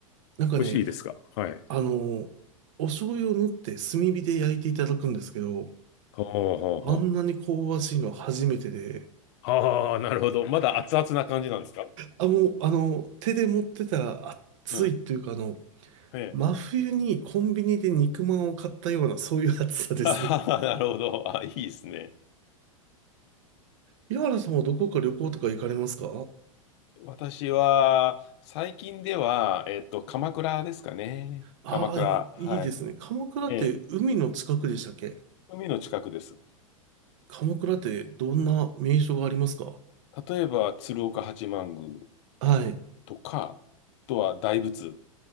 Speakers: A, on the right; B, on the left.
A: なんかね、
B: 美味しいですか。はい。
A: あの、お醤油を塗って炭火で焼いていただくんですけど、
B: ほうほうほう。
A: あんなに香ばしいのは初めてで、
B: ああ、なるほど。まだ熱々な感じなんですか。
A: あ、もう、あの、手で持ってたら暑いというか、
B: うん。
A: あの、
B: ええ。
A: 真冬にコンビニで肉まんを買ったような、そういう暑さですね。
B: <laughs> あははなるほど。あ、いいですね。
A: 岩原さんはどこか旅行とか行かれますか
B: 私は、最近では、えっと、鎌倉ですかね。
A: ああー、
B: 鎌倉。はい。
A: いいですね。鎌倉って海の近くでしたっけ
B: ええ海の近くです。
A: 鎌倉ってどんな名所がありますか
B: 例えば、鶴岡八幡宮
A: はい。
B: とか、あとは大仏。